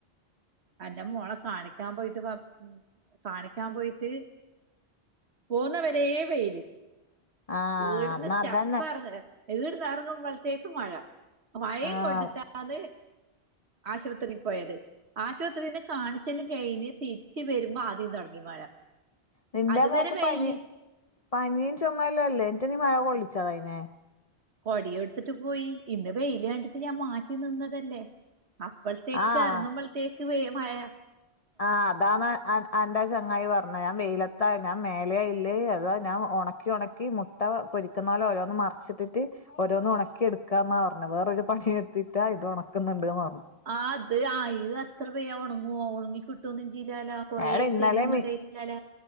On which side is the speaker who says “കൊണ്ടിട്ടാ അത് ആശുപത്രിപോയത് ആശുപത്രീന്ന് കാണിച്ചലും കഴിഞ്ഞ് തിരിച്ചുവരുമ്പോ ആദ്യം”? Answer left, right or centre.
Right